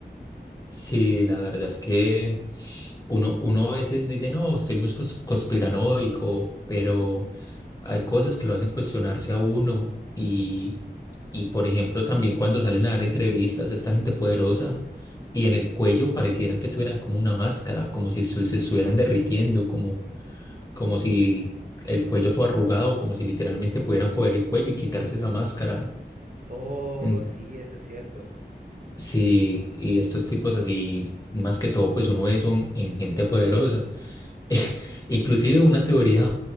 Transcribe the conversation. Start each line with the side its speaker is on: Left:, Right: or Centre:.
Left: sí, la verdad es que uno, uno a veces dice, no, soy muy cons- conspiranoico, pero hay cosas que lo hacen cuestionarse a uno y, y, por ejemplo, también cuando salen a dar entrevistas, esta gente poderosa y en el cuello parecieran que tuvieran como una máscara, como si se, se estuvieran derritiendo, como como si el cuello todo arrugado, como si literalmente pudieran coger el cuello y quitarse esa máscara.
Right: Oh,
Left: En-
Right: sí, eso es cierto.
Left: sí, y estos tipos así, más que todo, pues uno ve son en gente poderosa. <laughs> Inclusive una teoría